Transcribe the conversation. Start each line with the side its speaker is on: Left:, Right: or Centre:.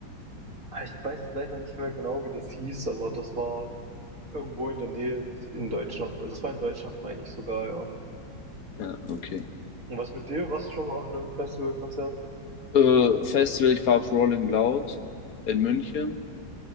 Right: ah, ich weiß leider nicht mehr genau, wie das hieß, aber das war irgendwo in der Nähe in Deutschland. Also Das war in Deutschland, meine ich sogar, ja.
Left: Ja, okay.
Right: Und was mit dir? Warst du schon mal auf einem Festivalkonzert?
Left: Äh, Festival, ich war auf Rolling Loud in München.